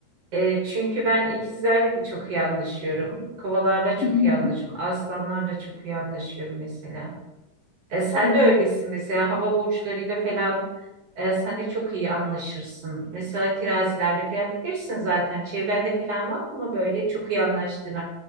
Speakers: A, on the right (about 50°); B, on the left (about 80°).
A: e, çünkü ben ikizlerle de çok iyi anlaşıyorum. Kovalarla çok
B: <laughs> Hı hı.
A: iyi anlaşıyorum. Aslanlarla çok iyi anlaşıyorum mesela. E, sen
B: Evet.
A: de öylesin mesela hava burçlarıyla falan e, sen de çok iyi anlaşırsın. Mesela terazilerle falan bilirsin zaten. Çevrende falan var mı böyle çok iyi anlaştığın